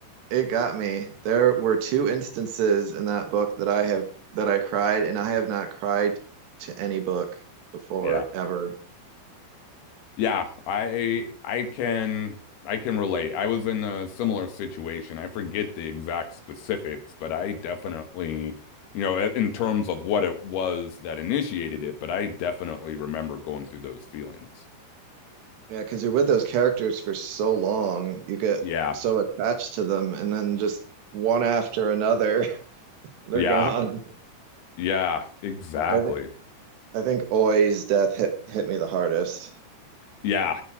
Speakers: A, on the right; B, on the left.
A: it got me. There were two instances in that book that I have that I cried, and I have not cried to any book before
B: yeah.
A: ever.
B: Yeah, I I can I can relate. I was in a similar situation. I forget the exact specifics, but I definitely, you know, in terms of what it was that initiated it, but I definitely remember going through those feelings.
A: Yeah, because you're with those characters for so long, you get
B: Yeah.
A: so attached to them, and then just one after another, <laughs> they're
B: Yeah.
A: gone.
B: Yeah, exactly.
A: I think I think Oi's death hit hit me the hardest.
B: Yeah.